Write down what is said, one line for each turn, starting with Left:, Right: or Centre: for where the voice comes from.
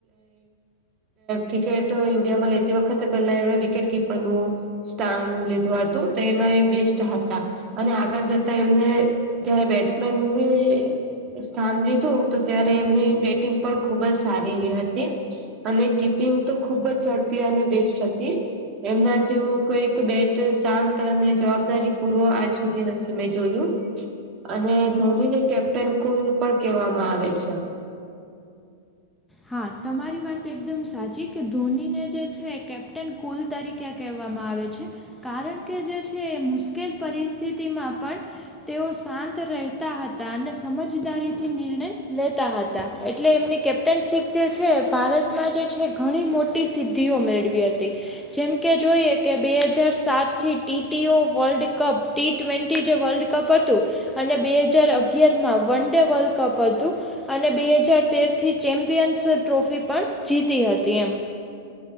Right: ક્રિકેટ ઇડિયામાં એતી વખત પહેલા એ વિકેટ કીપરનું સ્થાન લીધું હતું તો એમાં એ બેસ્ટ હતા અને આગળ જતા એમને જયારે બેટ્સમેનને સ્થાન લીધું તો ત્યારે એમની બેટિંગ પણ ખુબ જ સારી એવી હતી અને કિપિંગ તો ખુબ જ ઝડપી અને બેસ્ટ હતી એમના જેવું કોઈક બેટ શાંત તને જવાબદારી પૂર્વ આજ સુધી નથી મેં જોયું અને ધોનીને કેપ્ટન કોલ પણ કહેવામાં આવે છે
Centre: હા તમારી વાત એકદમ સાચી કે ધોનીને જે છે કેપ્ટન કુલ તરીકે ક્યા કહેવામાં આવે છે કારણ કે જે છે એ મુશ્કેલ પરિસ્થિતિમાં પણ તેઓ શાંત રહેતા હતા અને સમજદારીથી નિર્ણય લેતા હતા એટલે એમની કેપ ટનશીપ જે છે ભારતમાં જે છે ઘણી મોટી સિદ્ધિઓ મેળવી હતી જેમકે જોઈએ કે બે હજાર સાત થી ટી ઓ વર્લ્ડ કપ ટી ટ્વેન્ટી જે વર્લ્ડ કપ હતું અને બે હજાર અગિયાર માં વન ડે વર્લ્ડ કપ હતું અને બે હજાર તેર થી ચેમ્પિયન્સ ટ્રોફી પણ જીતી હતી એમ